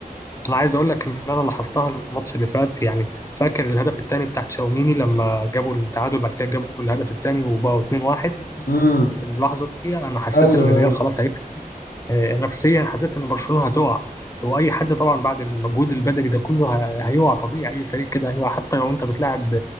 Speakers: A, on the left (about 20°); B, on the left (about 75°).
A: أنا عايز أقول لك إن أنا لاحظتها الماتش اللي فات يعني فاكر الهدف الثاني بتاع تشاوميني لما جابوا التعادل بعد كده جابوا الهدف الثاني وبقوا 2-1
B: امم
A: في اللحظة دي أنا حسيت
B: ايوه
A: إن الريال
B: ايوه
A: خلاص آه، نفسيا حسيت ان برشلونه هتقع واي حد طبعا بعد المجهود البدني ده كله ه- هيقع طبيعي اي فريق كده هيقع حتى لو انت بتلعب